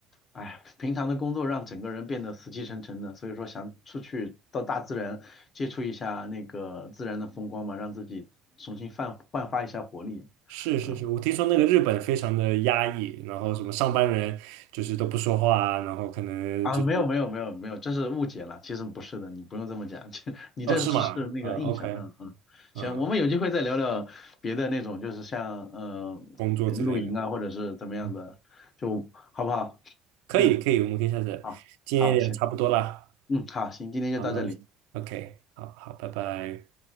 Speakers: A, on the left; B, on the right.
A: 哎，平常的工作让整个人变得死气沉沉的，所以说想出去到大自然接触一下那个自然的风光嘛，让自己重新焕焕发一下活力。
B: 是是是，
A: 嗯。
B: 我听说那个日本非常的压抑，然后什么上班人就是都不说话啊，然后可能就是
A: 啊，没有没有没有没有，这是误解了，其实不是的，你不用这么讲，<laughs> 这你这只是那个印象，
B: 哦是吗？嗯，OK，
A: 嗯嗯，行，
B: 嗯，
A: 我们有机会再聊聊别的那种，就是像嗯露营啊，
B: 工作之类的，
A: 或者是怎么样的，
B: 嗯
A: 就好不好？
B: 可以可以，
A: 嗯，
B: 我们可以下次，
A: 好，
B: 今天也差不多啦，
A: 好，行，嗯，好，行，今天就到这里，
B: 好，那我们 OK，好好，拜拜。